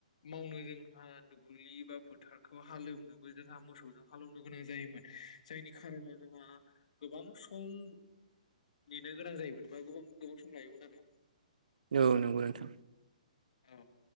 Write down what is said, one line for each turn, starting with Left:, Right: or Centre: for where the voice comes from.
Left: मावनो जोंहा दुब्लि बा फोथारखौ हालेवनोबो जोंहा मोसौजों हालेवनो गोनां जायोमोन जायनि खारनाव जोंहा गोबां सम नेनो गोनां जायोमोन बा गोबां सम लायोमोन आरो
Right: औ नंगौ नोंथां
Left: औ